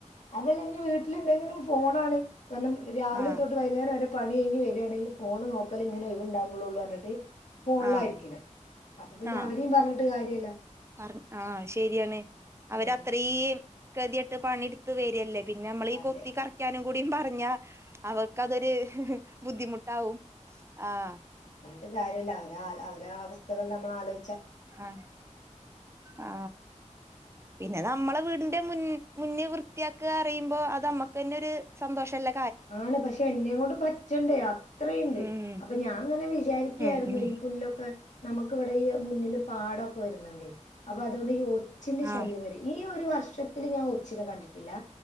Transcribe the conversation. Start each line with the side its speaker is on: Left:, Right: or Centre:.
Left: അതല്ല ഇനി വീട്ടിലുണ്ടെങ്കിലും ഫോണാണ് വല്ലം രാവിലെ
Right: ആഹ്
Left: തൊട്ട് വൈകുന്നേരം വരെ പണി കഴിഞ് വര്യാണെങ്കി ഫോണ് നോക്കാല് ഇങ്ങനെ ഒയിവ് ഉണ്ടാവുമ്പോളു ള്ളൂന്ന് പറഞ്ഞിട്ട് ഫോണിലായിരിക്കണെ
Right: ആ
Left: അപ്പൊ പിന്നെ
Right: ആ
Left: അവരെയും പറഞ്ഞിട്ട് കാര്യല്ല
Right: പറ ആഹ ശരിയാണ് അവരത്രയും
Left: ആഹ്
Right: ഗതികെട്ട് ട്ട് പണിെടുത്ത് വരിയല്ലേ പിന്നെ നമ്മളീഈ
Left: അതെ
Right: കൊത്തി കറക്കാനും കുടിയും പറഞ്ഞ അവർക്ക് അതൊരു ബുദ്ധിമുട്ടാവും ആഹ
Left: ഇ കാര്യല്ല അവ അവര അവസ്ഥകൾ നമ്മൾ അലോ
Right: ആ ആ പിന്നെ നമ്മള് - വീടിന്റെ മുന്നേ വൃത്തിയാക്കുക അറുമ്പോ അത് നമ്മുക്ക് തന്നെ ഒരു സന്തോഷംല്ല
Left: ആണ് പക്ഷെ എന്നെ കൊണ്ട് പറ്റണ്ടേ അത്രുണ്ട്
Right: ഉം
Left: അപ്പൊ ഞാൻ അങ്ങനെ വിചാരിക്കയായിരുന്നു
Right: ഉം ഉം
Left: ഈ പുല്ലൊക്കെ നമുക്ക്വിടെ ഈ മുന്നിൽ പാടൊക്കെ വരുന്നുണ്ട് അപ്പൊ അതുകൊണ്ട് ഒച്ചിന്റെ ശല്യം
Right: ആഹ്
Left: വരെ ഈ ഒരു വർഷത്തില് ഞാൻ ഒച്ചിനെ കണ്ടിട്ടില്ല